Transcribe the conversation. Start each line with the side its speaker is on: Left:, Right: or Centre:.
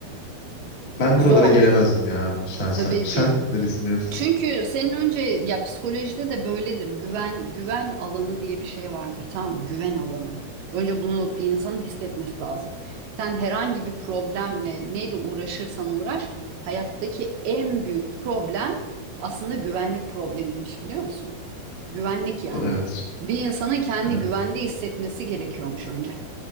Left: ben
Right: Zor.
Left: buralara gelemezdim ya şahsen.
Right: Tabii
Left: Sen
Right: ki.
Left: ne düşünüyorsun?
Right: Çünkü senin önce ya psikolojide de böyledir. Güven güven alanı diye bir şey vardır tamam mı? Güven alanı. Önce bunu bir insanın hissetmesi lazım. Sen herhangi bir problemle neyle uğraşırsan uğraş hayattaki en büyük problem aslında güvenlik problemiymiş biliyor musun? Güvenlik yani.
Left: Do- Evet.
Right: Bir insanın kendini
Left: Evet.
Right: güvende hissetmesi gerekiyormuş önce.